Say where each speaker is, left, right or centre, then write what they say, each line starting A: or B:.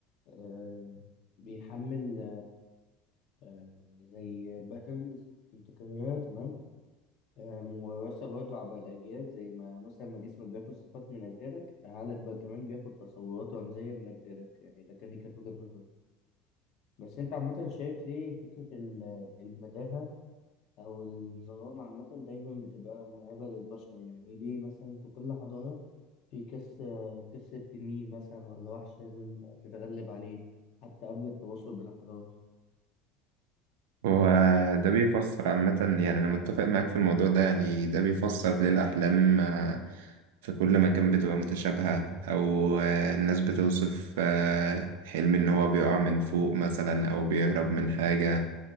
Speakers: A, on the left; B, on the right.
A: آه بيحمل آه زي باترنز متكررة تمام آه موراثة برضو عبر الأجيال زي ما مثلا ما جسمك بياخد صفات من أجدادك عقلك بقى كمان بياخد تصورات رمزية من أجدادك يعني ده كان دي كانت وجهة نظري بس أنت عامة شايف ليه فكرة ال- المتاهة أو الظلام عامة دايما بتبقى مرعبة للبشر يعني ليه مثلا في كل حضارة في قصة قصة تنين مثلا ولا وحش لازم تتغلب عليه حتى قبل التواصل بين الحضارات
B: هو ده بيفسر عامة يعني أنا متفق معاك في الموضوع ده يعني ده بيفسر ليه الأحلام آه، في كل مكان بتبقى متشابهة أو آه، الناس بتوصف آه، حلم إن هو بيقع من فوق مثلا أو بيهرب من حاجة